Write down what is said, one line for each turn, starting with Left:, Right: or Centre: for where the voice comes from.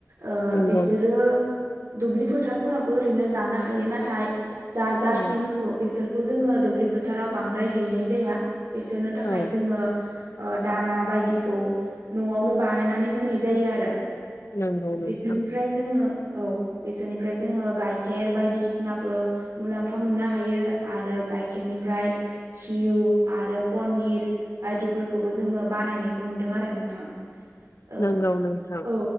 Right: ओ
Left: नंगौ
Right: बिसोरो दुब्लि फोथारफोरावबो ओरैनो जानो हायो नाथाय जा-जार्सि
Left: औ
Right: मोखौ बेसोरखौ जोङो दुब्लि फोथाराव बांद्राय हैनाय जाया। बिसोरनो थाखाय
Left: औ
Right: जोङो ओ दाना बायदिखौ न'आवनो बानायनानै होनाय जायो आरो।
Left: नंगौ
Right: बिसोरनिफ्राय
Left: नोंथां
Right: जोङो औ बेसोरनिफ्राय जोङो गाइखेर बायदिसिनाबो मुलाम्फा मोननो हायो आरो गाइखेरनि फ्राय घिउ आरो पनिर बायदिफोरखौबो जोङो बानायनायखौ नुदों आरो नोंथां। ओ
Left: नोंगौ नोंथां
Right: औ